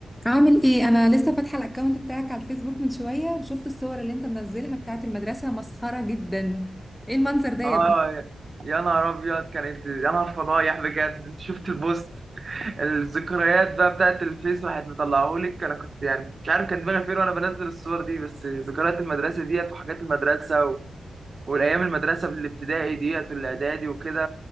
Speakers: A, in the centre; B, on the right.
A: عامل ايه انا لسه فاتحه الاكونت بتاعك على الفيسبوك من شويه وشفت الصور اللي انت منزلها بتاعت المدرسه مسخره جدا ايه المنظر ده يا
B: اه
A: ابني
B: يا نهار ابيض كانت يا نهار فضايح بجد شفت البوست الذكريات بقى بتاعت الفيس واحد مطلعهولك انا كنت يعني مش عارف كان دماغي فين وانا بنزل الصور دي بس ذكريات المدرسه ديت وحاجات المدرسه و... والايام المدرسه الابتدائي ديت والاعدادي وكده